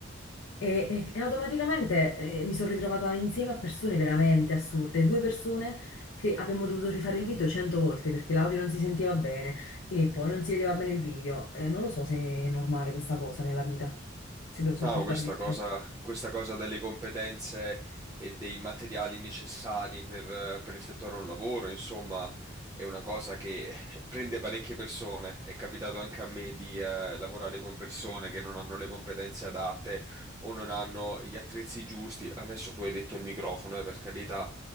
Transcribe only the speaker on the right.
No, questa
cosa, questa cosa delle competenze e dei materiali necessari per, eh, per effettuare un lavoro, insomma, è una cosa che <laughs> prende parecchie persone. È capitato anche a me di eh, lavorare con persone che non hanno le competenze adatte o non hanno gli attrezzi giusti. Adesso tu hai detto il microfono, eh, per carità,